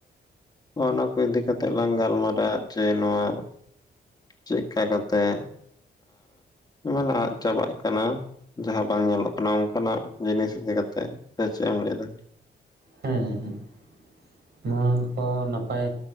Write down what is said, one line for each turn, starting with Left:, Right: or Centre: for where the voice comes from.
Left: ᱚᱱᱟ ᱠᱚ ᱤᱫᱤ ᱠᱟᱛᱮᱜ ᱞᱟᱝ ᱜᱟᱞᱢᱟᱨᱟᱣᱟ, ᱡᱮ ᱱᱚᱣᱟ ᱪᱮᱠᱠᱟ ᱠᱟᱛᱮᱜ, ᱢᱟᱱᱮ ᱟᱫᱽ ᱪᱟᱵᱟᱜ ᱠᱟᱱᱟ᱾ ᱡᱟᱦᱟᱸ ᱵᱟᱝ ᱧᱮᱞᱚᱜ ᱠᱟᱱᱟ ᱚᱝᱠᱟᱱᱟᱜ ᱡᱤᱱᱤᱥ ᱤᱫᱤ ᱠᱟᱛᱮᱜ, ᱥᱮ ᱪᱮᱫ ᱮᱢ ᱞᱟᱹᱭᱮᱫᱟ?
Right: ᱦᱮᱸ ᱦᱮᱸ᱾ ᱱᱚᱣᱟ ᱠᱚ ᱱᱟᱯᱟᱭ